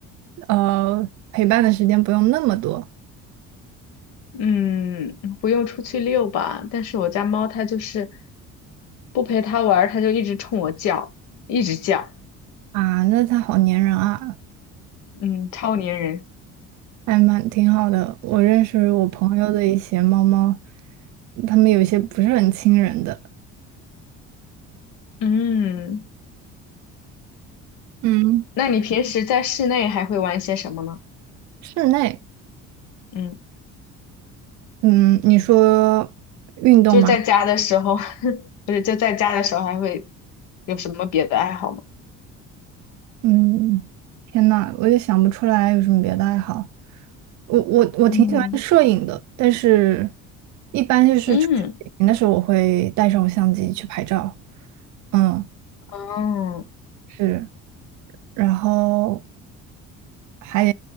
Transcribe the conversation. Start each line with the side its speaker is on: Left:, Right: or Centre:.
Right: 呃，陪伴的时间不用那么多
Left: 嗯，不用出去遛吧，但是我家猫它就是不陪它玩儿，它就一直冲我叫，一直叫，
Right: 啊。那它好粘人啊。
Left: 嗯，超粘人。
Right: 还蛮挺好的。我认识我朋友的一些猫猫，它们有一些不是很亲人的。
Left: 嗯，
Right: 嗯，
Left: 那你平时在室内还会玩些什么呢？
Right: 室内，
Left: 嗯，
Right: 嗯，你说运动吗？
Left: 就是在家的时候，<laughs> 不是就在家的时候还会有什么别的爱好吗？
Right: 嗯，天呐，我也想不出来有什么别的爱好。我我我挺喜欢摄影的，
Left: 嗯
Right: 但是一般就是出去旅行的时候，
Left: 嗯
Right: 我会带上我相机去拍照。嗯，
Left: 嗯，
Right: 是。然后还